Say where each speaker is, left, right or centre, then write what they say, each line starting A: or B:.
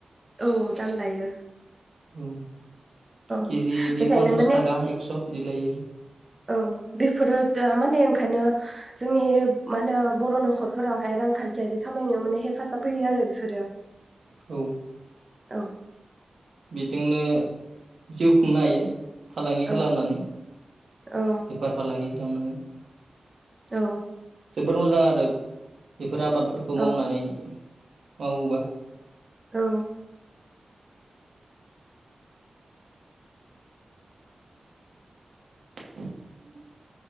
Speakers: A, on the right; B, on the right.
A: औ दाम लायो
B: औ
A: औ
B: केजि इदि
A: बेखायनो
B: पन्सास
A: माने
B: थाखा एकस' बिदि लायो आरो
A: औ बेफोरो माने ओंखायनो जोंनि मा होनो बर' न'खरफोरावहाय रांखान्थियारि खामानियाव माने हेफाजाब होयो आरो बेफोरो
B: औ
A: औ
B: बेजोंनो जिउ खुंनो हायो फालांगि खालामनानै
A: औ औ
B: बेफार फालांगि खालामनानै
A: औ
B: जोबोर मोजां आरो बेफोर आबादफोरखौ मावनानै
A: औ
B: मावोबा
A: औ
B: <inaudible>